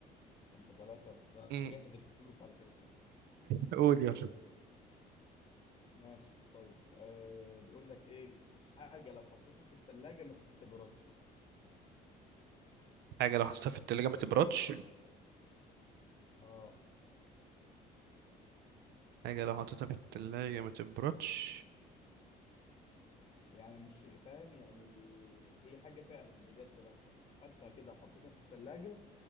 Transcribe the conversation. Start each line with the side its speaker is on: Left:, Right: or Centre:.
Left: خمسة ثلاثة ده أنا
Right: مم.
Left: مجهز الفلوس على كده
Right: قول يلا
Left: ماشي طيب آه بيقول لك إيه حاجة لو حطيتها في التلاجة ما تبردش
Right: حاجة لو حطيتها في التلاجة ما تبردش
Left: أه
Right: حاجة لو حطيتها في التلاجة ما تبردش
Left: يعني مش فاهم يعني هي حاجة فعلا بجد لو حط- خدتها كده حطيتها في التلاجة